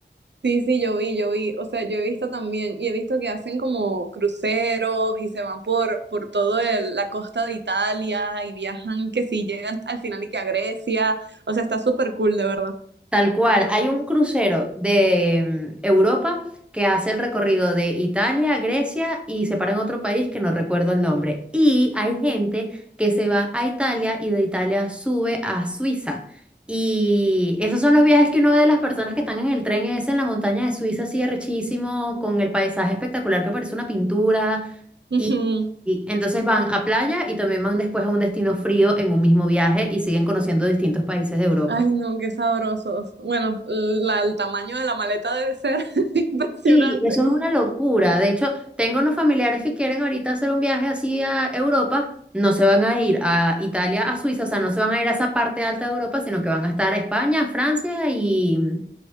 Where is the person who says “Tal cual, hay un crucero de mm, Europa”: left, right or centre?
Centre